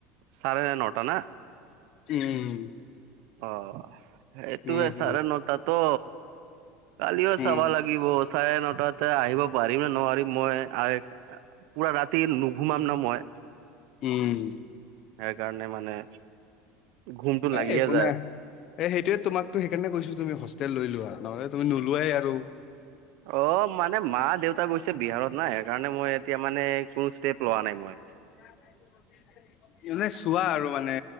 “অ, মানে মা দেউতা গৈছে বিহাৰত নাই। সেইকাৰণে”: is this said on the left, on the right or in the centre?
Right